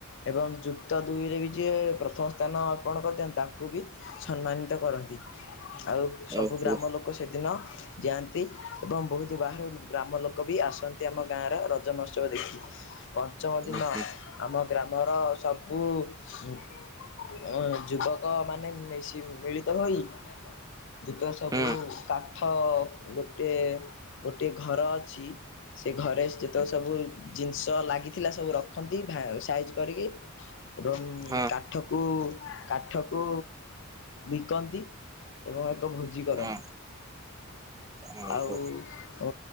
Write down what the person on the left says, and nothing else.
ଏବଂ ଯୁକ୍ତ ଦୁଇରେ ବି ଯିଏ ପ୍ରଥମ ସ୍ଥାନ ଅର୍ପଣ କରିଥାନ୍ତି ତାଙ୍କୁ ବି ସମ୍ମାନିତ କରନ୍ତି। ଆଉ ସବୁ
ଗ୍ରାମଲୋକ ସେଦିନ ଯାଆନ୍ତି ଏବଂ ବହୁତ ବାହାରୁ ଗ୍ରାମଲୋକ ବି ଆସନ୍ତି ଆମ ଗାଁର ରଜ ମହୋତ୍ସବ ଦେଖି ପଞ୍ଚମ
ଦିନ
ଆମ ଗ୍ରାମର ସବୁ ଉଁ ଯୁବକମାନେ ମିିଶି ମିଳିତ ହୋଇ ଯେତକ ସବୁ
କାଠ ଗୋଟେ ଗୋଟିଏ ଘର ଅଛି, ସେ ଘରେ ଯେତକ ସବୁ ଜିନିଷ ଲାଗିଥିଲା ସବୁ ରଖନ୍ତି ଭା ସାଇଜ୍ କରିକି। ଏବଂ
କାଠକୁ କାଠକୁ ବିକନ୍ତି। ଏବଂ ଏକ ଭୋଜି କରନ୍ତି।
ଆଉ ଓ